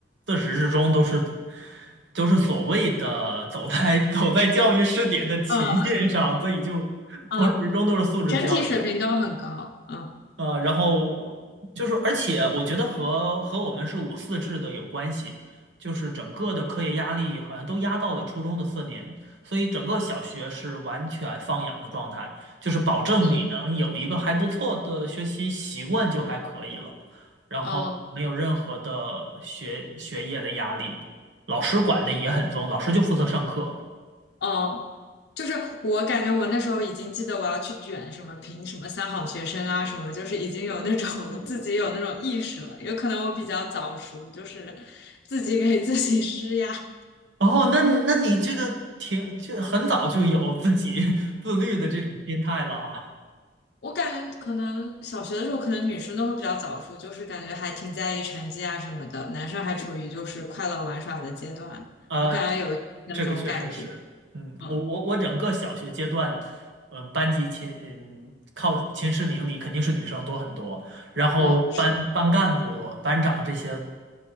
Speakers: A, on the right (about 65°); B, on the left (about 55°).
A: 自始至终都是都是所谓的走在 <laughs> 走在教育试点的前线上，
B: 嗯
A: 所以就从始至终都是素质教育。
B: 嗯，整体水平都很高，嗯
A: 呃，然后就是，而且我觉得和和我们是五四制的有关系，就是整个的课业压力好像都压到了初中的四年，所以整个小学是完全放养的状态，就是保证你能有一个还不错的学习习惯就还可以了，
B: 嗯
A: 然后没有任何的学学业的压力，
B: 嗯。
A: 老师管的也很松，老师就负责上课。
B: 哦，就是我感觉我那时候已经记得我要去卷什么评什么三好学生啊什么，就是已经有那种 <laughs> 自己有那种意识了。有可能我比较早熟，就是自己给自己施压。
A: 哦，那你那你这个挺就很早就有自己 <laughs> 自律的这种心态了哈。
B: 我感觉可能小学的时候，可能女生都会比较早熟，就是感觉还挺在意成绩啊什么的，男生还处于就是快乐玩耍的阶段。
A: 呃，
B: 我感觉有那种感觉，
A: 这个确实是，嗯，
B: 嗯
A: 我我我整个小学阶段，嗯，班级前嗯靠前十名里肯定是女生多很多，然后班班干部、
B: 嗯，是
A: 班长这些